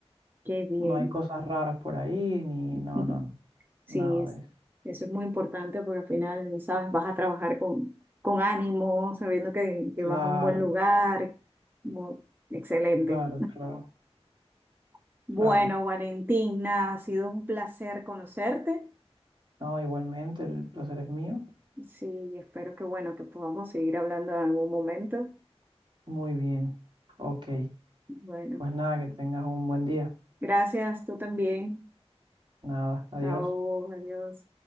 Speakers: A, on the right; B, on the right.
A: qué bien.
B: No hay cosas raras por ahí, ni
A: <laughs>
B: no, no, no,
A: Sí,
B: nada
A: es,
B: de eso.
A: eso es muy importante porque al final, sabes, vas a trabajar con, con ánimo, sabiendo que, que
B: Claro,
A: vas a un buen lugar. Mu- excelente.
B: claro, claro,
A: <laughs> Bueno,
B: claro.
A: Valentina, ha sido un placer conocerte.
B: No, igualmente, el placer es mío.
A: Sí, y espero que bueno, que podamos seguir hablando en algún momento.
B: Muy bien. Ok,
A: Bueno,
B: pues nada, que tengas un buen día.
A: gracias, tú también.
B: Nada, adiós.
A: Chao, adiós.